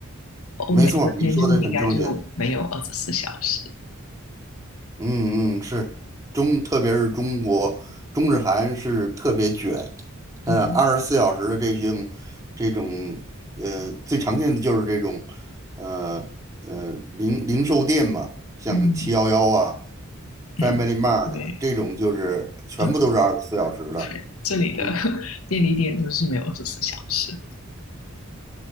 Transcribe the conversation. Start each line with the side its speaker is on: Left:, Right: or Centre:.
Left: 欧美这边就应该就没有二十四小时。
Right: 没错儿你说的很正确。嗯嗯，是中，特别是中国中日韩是特别卷，
Left: 对，
Right: 呃，二十四小时的这些这种呃最常见的就是这种呃呃零零售店嘛，像七幺幺啊、
Left: 嗯嗯，
Right: Family Mart
Left: 对，
Right: 啊这种就是全部都是二十四小时的，
Left: 二十对，这里的
Right: 嗯，
Left: <laughs> 便利店都是没有二十四小时。